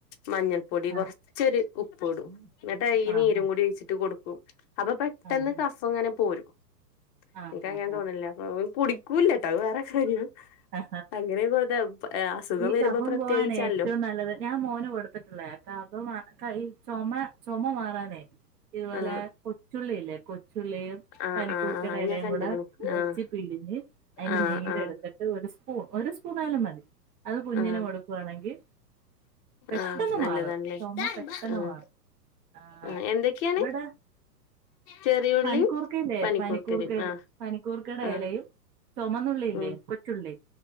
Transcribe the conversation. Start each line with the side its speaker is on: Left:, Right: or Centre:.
Left: മഞ്ഞൾപ്പൊടി കൊറച്ചൊരു
Right: ആഹ്
Left: ഉപ്പ് ഇടും എന്നിട്ടാ ഈനീരും
Right: ആഹ് ആഹ് ആഹ്
Left: കൂടി ഒഴിച്ചിട്ട് കൊടുക്കും അപ്പൊ പെട്ടെന്ന്
Right: ആഹ് ആഹ്
Left: കഫംങ്ങനെ പോരും.
Right: ആഹ്
Left: ൻക്ക്ക്ക് അങ്ങനെ
Right: ആഹ് ആഹ്
Left: തോന്നൽ ഓൽ കു കൂല ട്ടോ അത് വേറെ കാര്യം
Right: ആ
Left: അങ്ങനെ കൊടുത്ത അസുഖം
Right: ഈ
Left: വരുമ്പോ
Right: കഫം
Left: പ്രത്യേകിച്ചാണല്ലോ
Right: പോവാന ഏറ്റവും നല്ലത് ഞാൻ മോന് കൊടുത്തിട്ട <unintelligible> ക ഈ ചുമ ചുമ മാറാനേ ഇതുപോലെ
Left: ആഹ്
Right: കൊച്ചുള്ളില്ലേ കൊ ചുള്ളിയും
Left: ആഹ്
Right: പനിക്കൂർക്കട
Left: ആഹ് ആഹ്
Right: ഇലയും
Left: ഞാൻ കണ്ട്ക്ക്ണ്
Right: കൂടെ ഇടിച്ച്
Left: ആഹ്
Right: പിഴിഞ്ഞ് അതിന്റെ
Left: ആഹ്
Right: നീരെടുത്ത്
Left: ആഹ്
Right: സ്പൂൺ ഒരു സ്പൂണ ആയാലും മതി അത് കുഞ്ഞിന്
Left: ആഹ്
Right: കൊടുക്കുവാണെങ്കിൽ പെട്ടെന്ന്
Left: ആഹ് നല്ലതാണല്ലേ
Right: മാറും ചുമ പെട്ടെന്ന്
Left: ആഹ്
Right: മാറും ആഹ
Left: ആഹ് എന്തൊക്കെയാണ്
Right: ഇവിടെ
Left: ചെറിയുള്ളി
Right: പനിക്കൂർക്കല്ലേ
Left: പനിക്കൂർക്കലും
Right: പനിക്കൂർക്കല്ല
Left: ആഹ്
Right: പനിക്കൂർക്കട
Left: ആഹ്
Right: ഇലയും ചുമന്നുള്ളിയില്ലേ
Left: ഉം
Right: കൊച്ചുള്ളി